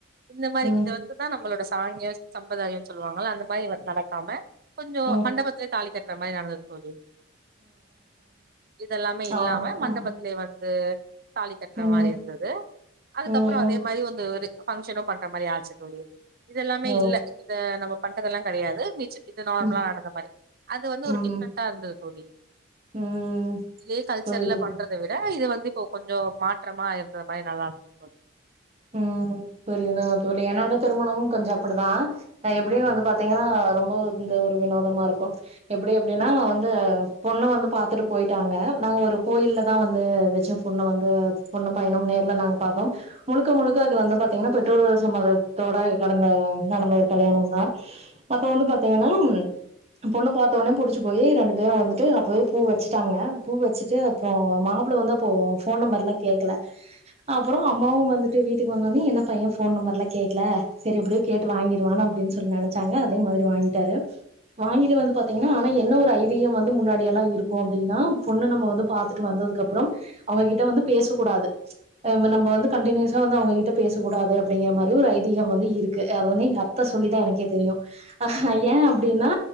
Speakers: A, on the right; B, on the right.
A: இந்த மாரி
B: ம்
A: இது வந்துதா நம்மளோட சாங்கியம் சம்பரதாயம்னு சொல்லுவாங்கல்ல அந்த மாரி வந்து நடக்காம கொஞ்சோ
B: ம்
A: மண்டபத்தலயே தாலி கட் அந்த மாரி நடந்தது தோழி இதெல்லாமே இல்லாம
B: ஆமா
A: மண்டபத்திலயே
B: ம்
A: வந்து தாலி கட்ற
B: ம்
A: மாரி இருந்தது அதுக்கப்றோ
B: ம்
A: அதே
B: ம்
A: மாரி வந்து ஒரு ஃபங்க்ஷனு பண்ற மாரி ஆச்சு தோழி இதல்லாமே
B: ஓ
A: இல்ல இந்த நம்ம பண்றதெல்லாம் கிடையாது மிச்ச இது நார்மலா
B: ம்
A: நடந்த மாரி அது வந்து
B: ம்
A: ஒரு டிஃப்ரெண்டா இருந்தது தோழி
B: ம்
A: இதே கல்ச்சர்ல
B: புரியுது
A: பண்றத
B: பு
A: விட இது வந்து இப்போ கொஞ்சம் மாற்றமா இருந்த மாதிரி நல்லா போல
B: உஹம் புரியுதா தோழி என்னோட திருமணமும் கொஞ்சம் அப்படித்தான் எப்டின்னு வந்து பாத்தீங்கன்னா ரொம்ப இந்த ஒரு வினோதமா இருக்கும் எப்படி எப்படின்னா வந்து பொண்ணு வந்து பாத்துட்டு போயிட்டாங்க நாங்க ஒரு கோயில்லதான் வந்து வச்ச பொண்ணு வந்து பொண்ணு பையனும் நேர்ல நாங்க பா்த்தோம் முழுக்க முழுக்க அது வந்து பார்த்தீங்கன்னா பெற்றோர்கள் சமதத்தோட கடந்த நடந்த ஒரு கல்யாணம் தான் அப்போ வந்து பார்த்தீங்கன்னா பொண்ணு பார்த்தவனே புடிச்சி போய் ரெண்டு பேரும் வந்துட்டு அப்பயே பூ வச்சுட்டாங்க பூ வச்சுட்டு அப்புறம் மாப்புள்ள வந்து அப்போ போன் நம்பர்லாம் கேட்கல அப்புறம் அம்மாவும் வந்து வந்து வீட்டு வந்தோன என்ன பையன் போன் நம்பரெல்லாம் கேக்கல செரி எப்டியே கேட்டு வாங்கிருவ அப்ப சொல்லி நினச்சாங்க அதே மாதிரி வாங்கிட்டாரு வாங்கிடு வந்து பாத்தீங்கன்னா ஆனா என்ன ஒரு ஐதிகம் வந்து முன்னாடிய எல்லாம் இருக்கும் அப்டின்னா பொண்ணு நம்ம வந்து பாத்துட்டு வந்ததுக்கு அப்பறம் அவங்க கிட்ட வந்து பேசகூடாது ம்சி ஏன நம்ம வந்து கன்டினுஸ் ஏன் வந்து அவங்ககிட்ட பேசக்கூடாது அப்படிங்கிற மாரி ஒரு ஐதிகம் வந்து இருக்கு அது வந்து எங்க அத்தை சொல்லிதான் எனக்கே தெரியும் ஹெக்க ஏன் அப்படின்னா